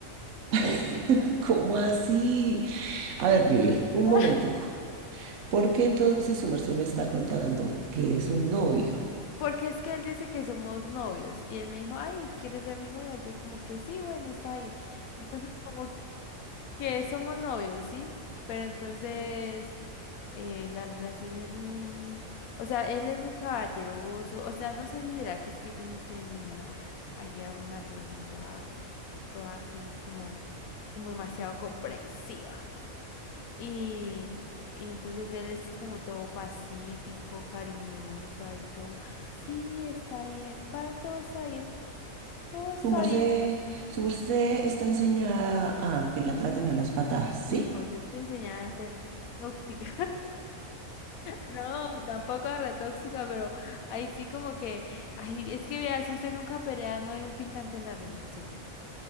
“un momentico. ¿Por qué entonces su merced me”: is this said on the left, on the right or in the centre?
Right